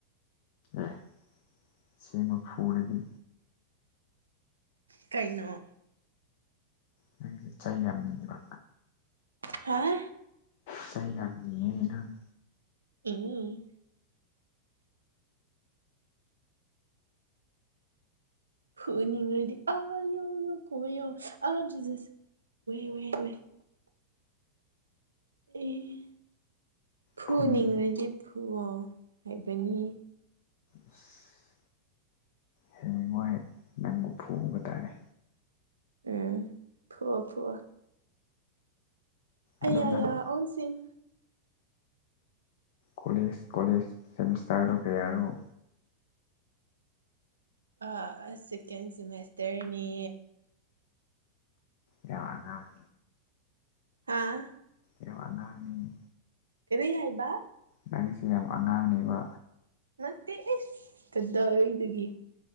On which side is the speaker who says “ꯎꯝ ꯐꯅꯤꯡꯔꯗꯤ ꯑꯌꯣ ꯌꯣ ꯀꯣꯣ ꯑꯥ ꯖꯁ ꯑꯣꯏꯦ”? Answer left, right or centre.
Right